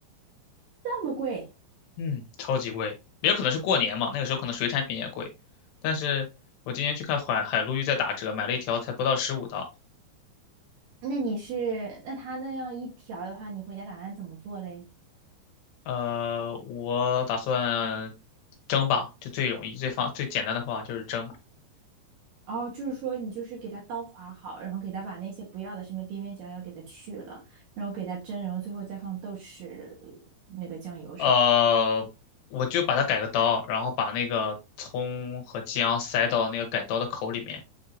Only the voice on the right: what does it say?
<laughs> 这么贵？
那你是，那它那样一条的话，你回家打算怎么做嘞？
哦，就是说你就是给它刀划好，然后给它把那些不要的什么边边角角给它去了，然后给它蒸，然后最后再放豆豉那个酱油是吧？